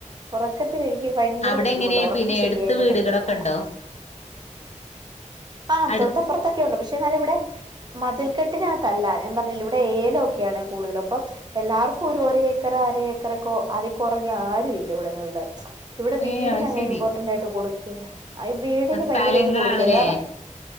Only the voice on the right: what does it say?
ഉറക്കത്തിെനിക്ക് ഭയങ്കര
ബുദ്ധിമുട്ട്
ഉറക്കം
ശരിയായില്ലേ
ഭയങ്കര പാടാ
ആഹ്
തൊട്ടപ്പുറത്തൊക്കെ ഉണ്ട് പക്ഷെ എന്നൽ ഇവിടെ മതിൽക്കെട്ടിനകത്തല്ല ഞാൻ പറഞ്ഞില്ല ഇവിടെ ഏലൊക്കെയാണ് കൂടുതലും അപ്പം. എല്ലാവർക്കും ഒരു ഒരേക്കറ അര ഏക്കറ ഒക്കെ അതി കുറഞ്ഞ ആരും ഇല്ല ഇവിടങ്ങളില്. ഇവിടെ വീടിന്
അങ്ങനെ
ഇമ്പോർട്ടന്റ് ആയിട്ട് കൊടുക്കേല്ല. <unintelligible> വീടിന്
ഭയങ്കര ഇത് കൊടുക്കേല കാരണം